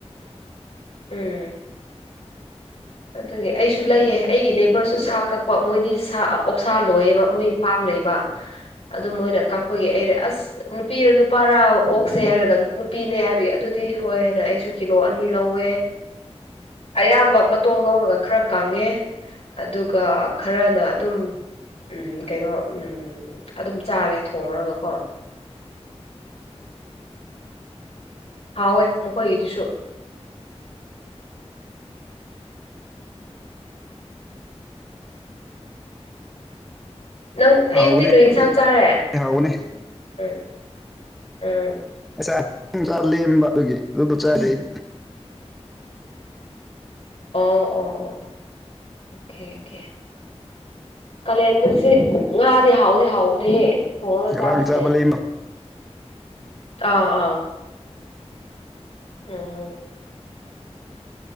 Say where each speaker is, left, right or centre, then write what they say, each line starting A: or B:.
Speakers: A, on the left (about 75°); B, in the centre.
A: ꯎꯝ ꯑꯗꯨꯒꯤ ꯑꯩꯁꯨ ꯂꯩꯌꯦ ꯑꯩꯒꯤ ꯅꯦꯕꯔꯁꯨ ꯁꯥ ꯀꯛꯄ ꯃꯣꯏꯗꯤ ꯁꯥ ꯑꯣꯛꯁꯥ ꯂꯣꯏꯌꯦꯕ ꯃꯣꯏ ꯄꯥꯝ ꯂꯩꯩꯕ ꯑꯗꯨ ꯃꯣꯏꯅ ꯀꯛꯄꯒꯤ ꯑꯩꯔꯥ ꯑꯁ ꯅꯨꯄꯤꯔꯥ ꯅꯨꯄꯥꯔꯥ ꯑꯣꯛꯁꯦ ꯍꯥꯏꯔꯒ ꯅꯨꯄꯤꯅꯦ ꯍꯥꯏꯕꯒꯤ ꯑꯗꯨꯗꯤ ꯍꯣꯏꯅ ꯑꯩꯁꯨ ꯀꯤꯂꯣ ꯑꯅꯤ ꯂꯧꯋꯦ ꯑꯌꯥꯝꯕ ꯃ ꯇꯣꯡ ꯂꯧꯔꯒ ꯈꯔ ꯀꯪꯉꯦ ꯑꯗꯨꯒ ꯈꯔꯅ ꯑꯗꯨꯝ ꯎꯝ ꯀꯩꯅꯣ ꯎꯝ ꯑꯗꯨꯝ ꯆꯥꯔꯦ ꯊꯣꯡꯔꯒꯀꯣ ꯍꯥꯎꯋꯦ ꯃꯈꯣꯏꯒꯤꯗꯨꯁꯨ ꯅꯪ ꯑꯌꯨꯛꯇꯤ
B: ꯍꯥꯎꯕꯅꯦ
A: ꯀꯔꯤ ꯏꯟꯁꯥꯡ ꯆꯥꯔꯦ
B: ꯍꯥꯎꯕꯅꯦ
A: ꯎ ꯎꯝ ꯎꯝ
B: ꯉꯁꯥꯏ ꯀꯔ ꯂꯦꯝꯕ ꯑꯗꯨꯒꯤ ꯑꯗꯨꯗꯣ ꯆꯔꯦ ꯑꯩꯗꯤ
A: ꯑꯣ ꯑꯣ ꯑꯣ ꯑꯣ ꯑꯣꯀꯦ ꯀꯥꯂꯦꯟꯗꯔꯁꯦ ꯉꯥꯗꯤ ꯍꯥꯎꯗꯤ ꯍꯥꯎꯕꯅꯦꯍꯦ ꯑꯣꯔ ꯑꯦꯖꯥꯞꯁꯦ
B: ꯉꯔꯥꯡ ꯆꯥꯕ ꯂꯦꯝꯕ
A: ꯑꯥ ꯑꯥ ꯑꯣꯝ